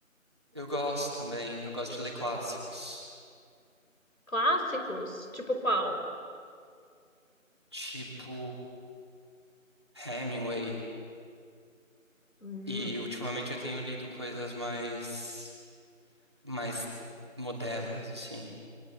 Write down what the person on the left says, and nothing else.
Clássicos? Tipo qual?
Hum,